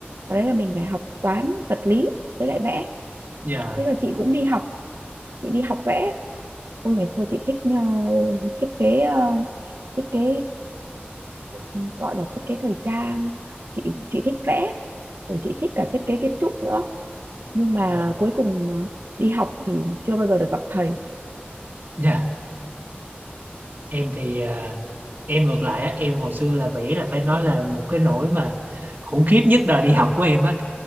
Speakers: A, on the right; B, on the right.
A: và đấy là mình phải học toán vật lý với lại vẽ
B: dạ
A: thế rồi chị cũng đi học chị đi học vẽ ôi ngày xưa chị thích ờ, thiết kế ờ, thiết kế ừm, gọi là thiết kế thời trang chị chị thích vẽ rồi chị thích cả thiết kế kiến trúc nữa nhưng mà
B: à,
A: cuối cùng ờ, đi học thì chưa bao giờ được gặp thầy
B: dạ em thì à, em ngược lại á em hồi xưa là vẽ là phải nói là một cái nỗi mà khủng khiếp nhất đời đi học của em á